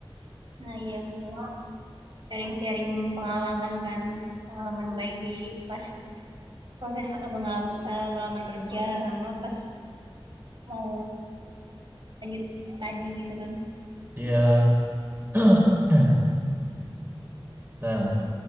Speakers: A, on the right; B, on the right.
A: Nah iya betul. Sharing-sharing pengalaman kan, pengalaman baik di pas proses eh, mengalam- eh, melamar kerja sama pas mau lanjut studi gitu kan
B: Iya. <clears throat> Nah,